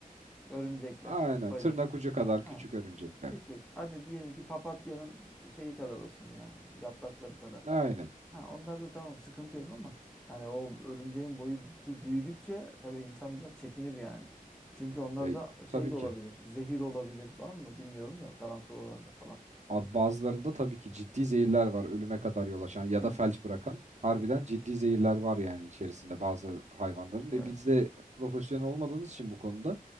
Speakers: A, in the centre; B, on the right.
A: örümcekler
B: Aynen.
A: ufacık.
B: Tırnak ucu kadar
A: Ha,
B: küçük örümcekler.
A: küçük. Hadi diyelim ki papatyanın şeyi kadar olsun yani yaprakları kadar.
B: Aynen.
A: Ha, onlar da tamam sıkıntı yok ama yani o örümceğin boyutu büyüdükçe tabii insan biraz çekinir yani. Çünkü onlar
B: E,
A: da şey
B: tabii
A: de
B: ki.
A: olabilir. Zehir olabilir. Var mı bilmiyorum da tarantulalarda falan.
B: Abi bazılarında tabii ki ciddi zehirler var ölüme kadar yol açan ya
A: Hı,
B: da felç bırakan. Harbiden ciddi zehirler var yani içerisinde bazı hayvanların. E
A: evet.
B: biz de profesyonel olmadığımız için bu konuda